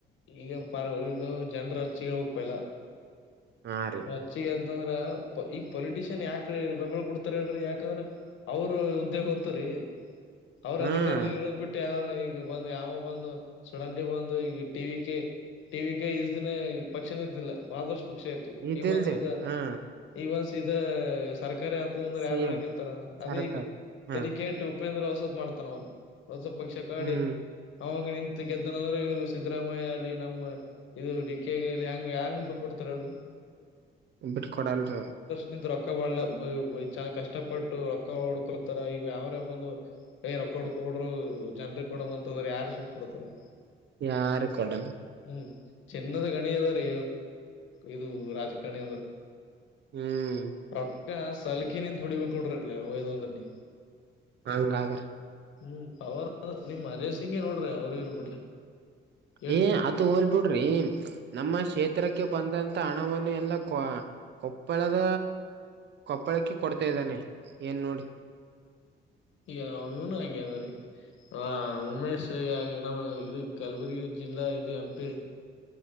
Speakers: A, on the left (about 75°); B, on the right (about 60°).
A: ಈಗ ಪ ಈಗ ಜನ್ರ ಹಚ್ಕಬೇಕು ಎಲ್ಲ
B: ಹಾ ರೀ
A: ರಚ್ಚಿಗೆ ಎದ್ದಂದ್ರ ಈಗ ಪೊಲಿಟಿಷಿಯನ್ ಯಾಕ ಬೆಂಬಲ ಕೊಡ್ತಾರ ಹೇಳ್ರಿ ಯಾಕಂದ್ರ ಅವರು ಉದ್ಯ ಗೊತ್ತರಿ ಅವ್ರ
B: ಹ್ಮ್
A: ಅಧಿಕಾರ ಇರೊ ಬಿಟ್ಟು ಯಾವನ ಈಗ ಬಂದು ಯಾವ ಬಂದು ಸುಡ್ಡೆನ್ಲಿ ಬಂದು ಈಗ T V K T V K ಇಷ್ಟ ದಿನ ಪಕ್ಷಿನ ಇದ್ದಿಲ್ಲ ಆದರ್ಶ್ ಪಕ್ಷ ಇತ್ತು
B: ಇದಿಲ್ದೆ
A: ಈಗ ಒಂದ ಸೀದ
B: ಹಾ
A: ಈಗ ಒಂದ ಸೀದ ಸರ್ಕಾರ <unintelligible>
B: ಸಿ
A: ಯಾರ
B: ಎಂ
A: ಹಕತಾರ ಅದೀಗ
B: ಸರ್ಕಾರಿ ಹಾ
A: ತಲಿಕೆಟ್ ಉಪೇಂದ್ರ ವಸತ್ ಮಾಡ್ತಾನ ಹೊಸ ಪಕ್ಷ ಕಾಡಿ
B: ಹ್ಮ್
A: ಅವಾಗ ನಿಂತ ಗೆದ್ದನಂದ್ರೆ ಸಿದ್ದರಾಮಯ್ಯ ಅಲ್ಲಿ ನಮ್ಮ ಇದು ಡಿ ಕೆ ಗೆ ಲಿ ಹೆಂಗ ಹೆಂಗ್ ಬಿಡ್ ಕೊಡ್ತಾರ ಹೇಳ್ರಿ
B: ಬಿಟ್ ಕೊಡಲ್ ರಿ ಅವ್ರು
A: ನಿಂದು ರೊಕ್ಕ ಬಲ ಚ ಕಷ್ಟಪಟ್ಟು ರೊಕ್ಕ ಓಡ್ಕೊತಾರ ಈಗ ಅವರೇ ಬಂದು ಏ ರೊಕ್ಕ ಹುಡ್ಕಬಿಡು ಜನ್ರಿಗೆ ಕೊಡಂಬಂತದ್ರ ಯಾರು ಸುಮ ಕೊಡ್ತಾರ
B: ಯಾರು ಕೊಡಲ್
A: ಹ್ಮ್ ಚೆನ್ನದ ಗಣಿ ಅದಾರೀ ಇದು ರಾಜಕಾರಣಿ ಅದಾರ
B: ಹ್ಮ್
A: ರೊಕ್ಕ ಸಲ್ಕಿನಿಂದ ಹೊಡಿಬೇಕು ನೋಡ್ರಿ ಹೋಯದ ಅಂದ್ರಲ್ಲಿ
B: ಹಂಗಾಗ
A: ಹ್ಮ್ ಅವ್ರ ನಿಮ್ ಅನಿ ಸಿಂಗೇ ನೋಡ್ರಿ ಅವ್ರ ಇವ್ರ ಬಿಡ್ರಿ ಎಟ್
B: ಏ ಅದು ಹೋಲ್ ಬಿಡ್ರಿ ನಮ್ಮ ಕ್ಷೇತ್ರಕ್ಕೆ ಬಂದಂತ ಹಣವನ್ನು ಎಲ್ಲ ಕೊ ಕೊಪ್ಪಳದ ಕೊಪ್ಪಳಕ್ಕೆ ಕೊಡ್ತಾ ಇದ್ದಾನೆ ಏನ್ ನೋಡಿ
A: ಈಗ ಇವನು ಹಂಗೆನ ರೀ ಹ ಉಮೇಶ್ ನಮ ಇದು ಕಲಬುರಗಿ ಜಿಲ್ಲಾ ಇದು ಎಂ ಪಿ